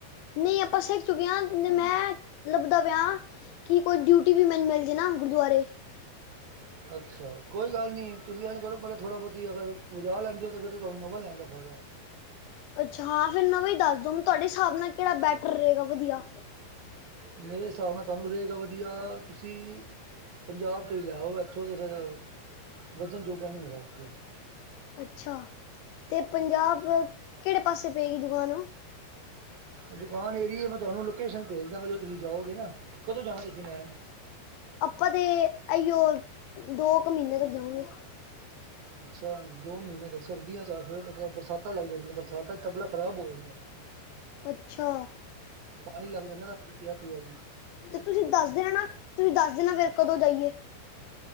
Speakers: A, on the left (about 85°); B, on the right (about 55°).
A: ਨਹੀਂ ਆਪਾਂ ਸਿੱਖ ਚੁੱਕੇ ਹਾਂ ਮੈਂ ਲੱਭਦਾ ਪਿਆ। ਕੀ ਕੋਈ ਡਿਊਟੀ ਵੀ ਮੈਨੂੰ ਮਿਲ ਜੇ ਨਾ ਗੁਰਦੁਆਰੇ
B: ਅੱਛਾ ਕੋਈ ਗੱਲ ਨਹੀਂ ਤੁਸੀਂ ਉਹਨੂੰ ਕਹੋ ਪਹਿਲੇ ਥੋੜ੍ਹਾ ਬਹੁਤੀ ਅਗਰ ਵਜਾਅ ਲੈਂਦੇ ਹੋ ਫਿਰ ਤੁਹਾਨੂੰ ਨਵਾ ਲੈਣ ਦਾ ਫਾਇਦਾ।
A: ਅੱਛਾ ਹਾ ਫਿਰ ਨਵਾ ਈ ਦੱਸਦੂ ਦ ਤੁਹਾਡੇ ਹਿਸਾਬ ਨਾਲ ਕਿਹੜਾ ਬੈਟਰ ਰਹੇਗਾ ਵਧੀਆ।
B: ਮੇਰੇ ਹਿਸਾਬ ਨਾਲ ਤੁਹਾਨੂੰ ਰਹੇਗਾ ਵਧੀਆ ਤੁਸੀਂ ਪੰਜਾਬ ਤੋਂ ਹੀ ਲੈ ਆਓ ਇਥੋਂ ਤੇ ਫਿਰ, ਵਧਣ ਜੋਗਾ ਨੀ ਹੈਗਾ ਇੱਥੇ
A: ਅੱਛਾ ਅਤੇ ਪੰਜਾਬ ਕਿਹੜੇ ਪਾਸੇ ਪਏਗੀ ਦੁਕਾਨ
B: ਦੁਕਾਨ ਏਰੀਏ ਮੈਂ ਤੁਹਾਨੂੰ ਲੋਕੇਸ਼ਨ ਭੇਜ ਦਾਂਗਾ ਜਦੋਂ ਤੁਸੀਂ ਜਾਓਗੇ ਨਾ ਕਦੋਂ ਜਾਣਾ ਤੁਸੀਂ ਲੈਣ
A: ਆਪਾਂ ਤੇ ਅਹੀਓ ਦੋ ਕੁ ਮਹੀਨੇ ਤੱਕ ਜਾਵਾਂਗੇ।
B: ਅੱਛਾ ਦੋ ਮਹੀਨੇ ਤੱਕ ਸਰਦੀਆਂ 'ਚ' ਆ ਫਿਰ ਮਤਲਬ ਬਰਸਾਤਾਂ ਲੱਗ ਜਾਣਗੀਆਂ ਬਰਸਾਤਾਂ 'ਚ'ਤਬਲਾ ਖਰਾਬ ਹੋ ਜਾਂਦਾ। <inaudible>
A: ਅੱਛਾ।
B: ਪਾਣੀ ਲੱਗ ਜਾਂਦਾ ਨਾ ਪਿਆ -ਪਿਆ ਈ
A: ਤੇ ਤੁਸੀਂ ਦੱਸ ਦੇਣਾ- ਨਾ ਤੁਸੀਂ ਦੱਸ ਦੇਣਾ ਫਿਰ ਕਦੋਂ ਜਾਈਏ।